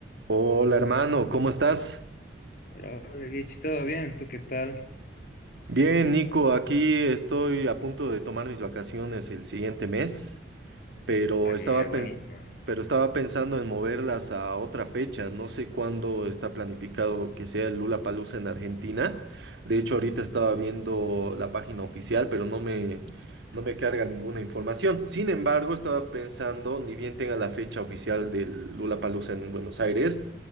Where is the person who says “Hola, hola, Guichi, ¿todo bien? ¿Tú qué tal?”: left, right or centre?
Left